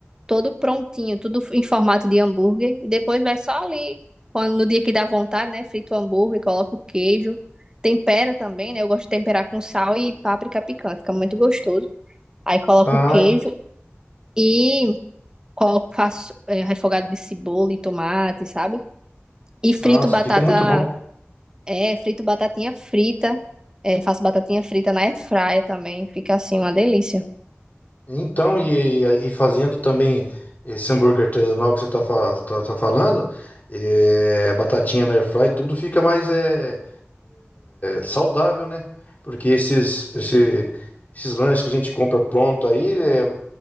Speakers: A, on the right; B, on the left.
A: todo prontinho, tudo em formato de hambúrguer. E depois vai só ali, quando, no dia que dá vontade, né? Frita o hambúrguer, coloca o queijo. Tempera também, né? Eu gosto de temperar com sal e páprica picante, fica muito gostoso. Aí coloco
B: Ah,
A: o queijo
B: en-
A: e coloco, faço é, refogado de cebola e tomate, sabe? E frito
B: nossa,
A: batata,
B: fica muito bom.
A: é, frito batatinha frita. É, faço batatinha frita na airfryer também, fica assim uma delícia.
B: Então, e, e fazendo também esse hambúrguer artesanal que você está tá, fa- tá- tá falando, eh, a batatinha na airfry, tudo fica mais é, saudável, né? Porque esses, esse- esses lanches que a gente compra pronto aí, eh,